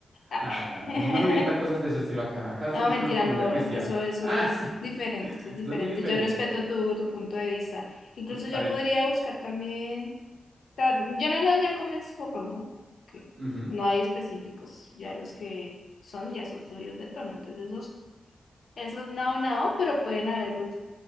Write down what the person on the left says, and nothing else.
Ah.
<laughs>
No,
mentira,
no,
eso, eso
es diferente,
eso es diferente.
Yo respeto tu, tu punto de vista. Incluso
yo
podría buscar también, ta- yo no leo ya cómics burros, ¿no? Que
no hay específicos, ya los que son, ya son suyos de tono. Entonces esos, esos nao nao, pero pueden haber los,